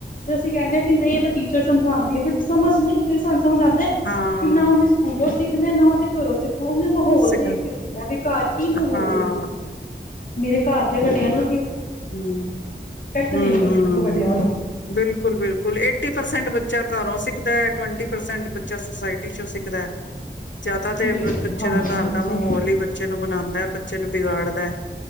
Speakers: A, on the left; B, on the left.
A: ਤੇ ਅਸੀ ਕਹਿੰਦੇ ਹਾਂ ਨਹੀ ਇਹ ਤਾਂ ਟੀਚਰ ਸਮਝਾਉ। ਬਟ ਸਮਝ ਨਹੀਂ ਆਉਂਦੀ ਸਾਨੂੰ ਸਮਝਾਂਦੇ
B: ਹਾਂ
A: ਕਿਨਾ ਉਨੇ ਸਕੂਲੋ ਸਿੱਖਣੇ ਨ ਆਪਣੇ ਘਰੋਂ ਸਿੱਖੋ ਉਹਨੇ ਮਾਹੌਲ
B: ਸਿਖ
A: ਦੇਖ ਕੇ ਸਿੱਖਣਾ ਬਿ ਘਾਰ ਕੀ ਮਾਹੌਲ
B: ਹਾਂ
A: ਨੇ, ਮੇਰੇ ਘਰ ਦੇ ਵੱਡਿਆਂ ਨੂੰ
B: ਹਮ,
A: ਦੇਣੀ
B: ਹਮ-ਹਮ
A: ਹੈ ਆਪਣੇ ਤੋਂ ਵੱਡਿਆਂ ਨੂੰ
B: ਬਿਲਕੁਲ-ਬਿਲਕੁਲ ਏਟੀ ਪਰਸੈਂਟ ਬੱਚਾ ਘਰੋਂ ਸਿੱਖਦਾ ਹੈ, ਟਵੰਟੀ ਪਰਸੈਂਟ ਬੱਚਾ ਸੁਸਾਇਟੀ ਚੋਂ ਸਿੱਖਦਾ ਹੈ, ਜ਼ਿਆਦਾ
A: ਬਿਲਕੁਲ
B: ਤੇ ਬੱਚੇ
A: ਹਾਂਜੀ
B: ਦਾ ਘਰ
A: ਹਾਂਜੀ
B: ਦਾ ਮਾਹੌਲ ਹੀ ਬੱਚੇ ਨੂੰ ਬਣਾਉਦਾ, ਬੱਚੇ ਨੂੰ ਬਿਗਾੜਦਾ,